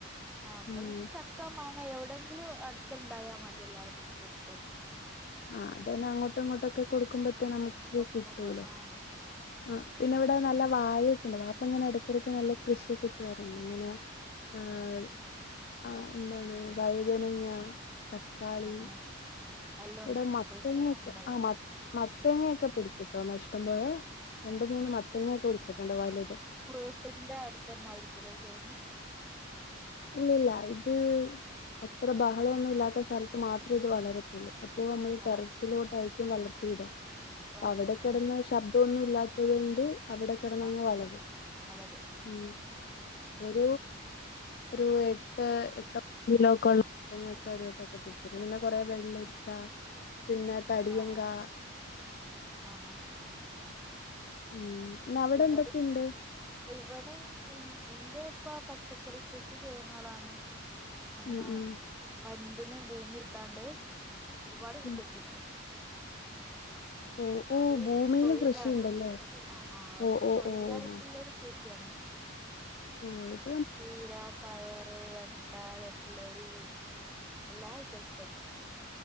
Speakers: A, in the centre; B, on the left.
A: ആഹ് അപ്പൊ
B: ഉം.
A: പിന്നെ ചക്ക മാങ്ങ എവിടെയെങ്കിലും അടുത്തുണ്ടായാൽ മതി എല്ലാവർക്കും കിട്ടും.
B: ആഹ് അത പിന്നെ അങ്ങോട്ടും ഇങ്ങോട്ടൊക്കെ കൊടുക്കുമ്പോത്തേ നമുക്ക്
A: കൊടുക്കുമ്പോ
B: കിട്ടൂലോ.
A: ആഹ്
B: ആഹ് പിന്നെ ഇവിടെ നല്ലാ വാഴയൊക്കെ ഉണ്ട് വാപ്പ ഇങ്ങനെ ഇടയ്ക്കിടക്ക് നല്ല. കൃഷിയൊക്കെ ചെയ്യാറുണ്ട് ഇങ്ങനെ ആഹ്.. ആഹ് എന്താണ് വഴുതനങ്ങ തക്കാളി..
A: ആഹ് എല്ലാം
B: ഇവിടെ
A: ഉണ്ട്
B: മത്തങ്ങൊക്കെ
A: കുഴിച്ച് ഉണ്ടാക്കുന്നുണ്ട്
B: ആമത് മത്.. മത്തങ്ങൊക്കെ പിടിക്കിട്ടോ ഇഷ്ടം പോയാൽ രണ്ട മൂന്ന് മത്തങ്ങ ഒക്കെ പിടിച്ചിട്ടുണ്ടോ വലുത്.
A: വീട്ടിന്റെ അടുത്തന്നെ ആയിരിക്കൂല്ലേ ചേരണേ?
B: ഇല്ല ഇല്ല ഇത് അത്ര ബഹളമൊന്നും ഇല്ലാത്ത സ്ഥലത്ത് മാത്രമേ ഇത് വളരത്തുള്ളൂ. അപ്പൊ നമ്മൾ
A: ആഹ്
B: ടെറസിലോട്ടായിരിക്കും വളർത്തി വിട.
A: വളർത്ത്
B: അവിടെ കിടന്ന്
A: ആഹ്
B: ശബ്ദ ദ്ധമെന്നു ഇല്ലാത്തത് കൊണ്ട് അവിടെ കിടന്ന്
A: ആഹ്
B: വളരും.
A: വളരും
B: ഉം ഒരു ഒരു എട്ട് എട്ട് കിലോക്കെ മത്തങ്ങൊക്കെ ഒരുട്ടക്കെ പിടിച്ചിട്ട് പിന്നെ കൊറെേ വെള്ളരിക്കാ പിന്നെ തടിയൻ
A: ആഹ് ആഹ്
B: കാ
A: ആഹ് ആഹ് ആഹ്
B: ഉം അവിടെ
A: ഇവിടെ
B: എന്തൊക്കെണ്ട്?
A: ഇവിടെ എന്റെ ഉപ്പ പച്ചക്കറി കൃഷി ചെയ്യുന്ന ആളാണ്. അങ്ങനെ
B: ഉം ഉം
A: പണ്ടിന് ഭൂമി എടുത്താണ്ട് ഒരുപാട് കൃഷിയുണ്ട്.
B: ഉം ഓ ഓ
A: അത്
B: ഭൂമിയില്
A: തൊഴിലാണ്
B: കൃഷിയുണ്ടല്ലേ
A: ആഹ് ആഹ് അത്
B: ഓ ഓ
A: തൊഴിലായിട്ടുള്ളരു
B: ഓ ഓ
A: കൃഷിയാണ്.
B: ഓഹ്
A: ചീര, പയറ്, വെണ്ട, വെള്ളരി, എല്ലാ ഐറ്റംസ് ഉണ്ട്.